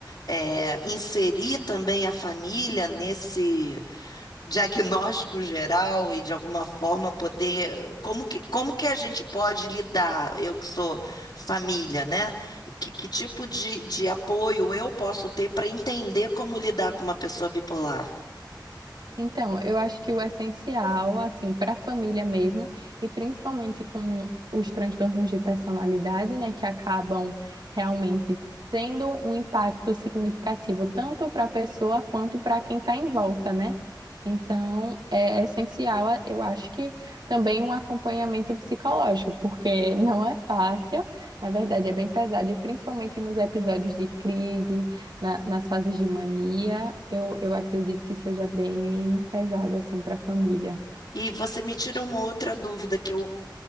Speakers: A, on the left; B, on the right.
A: eh, inserir também a família nesse diagnóstico geral e de alguma forma poder, como que, como que a gente pode lidar, eu que sou família, né? Que, que tipo de, de apoio eu posso ter para entender como lidar com uma pessoa bipolar?
B: Então, eu acho que o essencial, assim, para a família mesmo, e principalmente com os transtornos de personalidade, né, que acabam realmente tendo um impacto significativo tanto para a pessoa quanto para quem está em volta, né? Então, é essencial, a- eu acho que também um acompanhamento psicológico, porque não é fácil, na verdade é bem pesado, e principalmente nos episódios de crise na- nas fases de mania, eu, eu acredito que seja bem pesado, assim, para a família.
A: E você me tira uma outra dúvida que eu